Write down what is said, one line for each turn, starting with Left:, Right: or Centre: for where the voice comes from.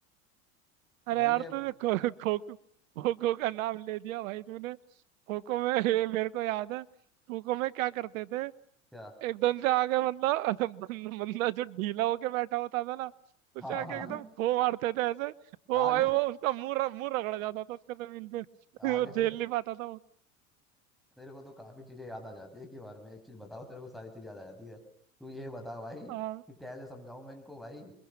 Right: अरे
Centre: होंगे
Right: यार तूने खो खो खो खो का नाम ले दिया भाई तूने खो खो में ये मेरे को याद है खो खो में क्या करते थे
Centre: क्या
Right: एकदम से आगे मतलब <laughs> बं- बंदा जो ढीला होके बैठा होता था ना उसे
Centre: हाँ
Right: आके
Centre: हाँ
Right: एकदम
Centre: हाँ।
Right: खो मारते थे ऐसे वो
Centre: आगे
Right: भाई वो उसका मुंह र- मुंह रगड़ जाता था उसका जमीन पे <laughs>
Centre: आगे
Right: वो झेल
Centre: चलो
Right: नहीं पाता था
Centre: तेरे को तो काफी चीजें याद आ जाती है एक ही बार में एक चीज बताओ तेरे को सारी चीज याद आ जाती है तू ये बता भाई
Right: आ,
Centre: कि कैसे समझाऊं मैं इनको भाई